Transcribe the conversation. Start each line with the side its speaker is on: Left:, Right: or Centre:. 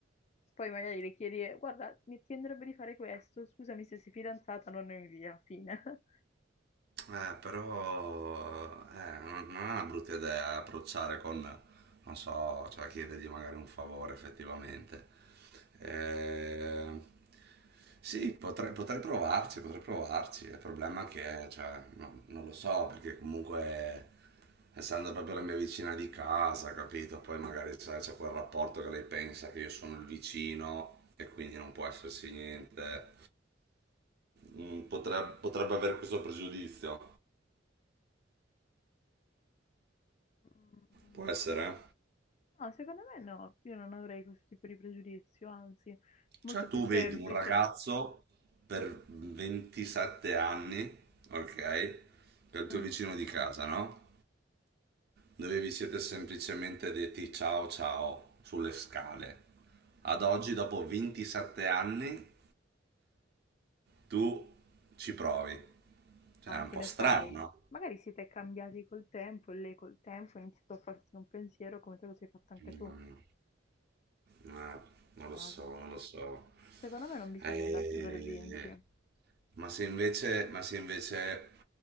Left: Poi magari le chiedi, guarda, mi ti andrebbe di fare questo, scusami se sei fidanzata, non ne via, fine. <laughs>
Right: Eh, però eh, non non è una brutta idea approcciare con, non so, cioè chiedergli magari un favore effettivamente. Eh, sì, potrei, potrei provarci, potrei provarci. Il problema è che, cioè, no- non lo so, perché comunque, essendo proprio la mia vicina di casa, capito? Poi magari sai, c'è quel rapporto che lei pensa che io sono il vicino e quindi non può esserci niente mm, potreb- potrebbe avere questo pregiudizio.
Left: Mm,
Right: Può essere. eh.
Left: No, secondo me no, io non avrei questo tipo di pregiudizio, anzi, molto
Right: Cioè,
Left: più
Right: tu
Left: semplice.
Right: vedi un ragazzo per 27 anni, ok, che è il tuo
Left: Mm.
Right: vicino di casa, no? Dove vi siete semplicemente detti ciao ciao sulle scale. Ad oggi, dopo 27 anni, tu ci provi. Cioè,
Left: Ah,
Right: è un
Left: che
Right: po'
Left: ne
Right: strano,
Left: sai?
Right: no?
Left: Magari siete cambiati col tempo e lei col tempo ha iniziato a farsi un pensiero come te lo sei fatto anche
Right: Mm,
Left: tu.
Right: eh, non lo
Left: Ma
Right: so, non lo so.
Left: secondo me non bisogna
Right: Eh,
Left: darsi per vinti.
Right: Ma se invece, ma se invece,